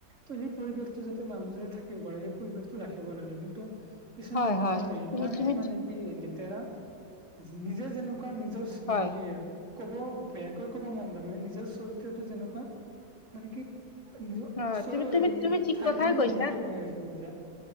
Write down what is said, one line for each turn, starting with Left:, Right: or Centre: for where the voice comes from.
Right: ত সেই পৰিৱেশটো যাতে মানুহ যাতে থাকিব পাৰে, সেই পৰিৱেশটো ৰাখিব লাগে কিন্তু কিছুমান
Left: হয়
Right: মানুহৰ
Left: হয়
Right: ইমানেই
Left: তুমি তুমি
Right: মানে কি লেতেৰা নিজে, যেনেকুৱা নিজৰ
Left: হয়
Right: মানে কি কব বেয়াকৈ কব ম মানে নিজৰ চৰিত্ৰটো যেনেকুৱা মানে কি? নিজৰ
Left: হয়
Right: ওচৰৰ
Left: তুমি তুমি
Right: হেৰি,
Left: তুমি ঠিক
Right: ঠাই
Left: কথাই
Right: খিনিও
Left: কৈছা
Right: সেনেকে বনাই ৰাখিব খোজে।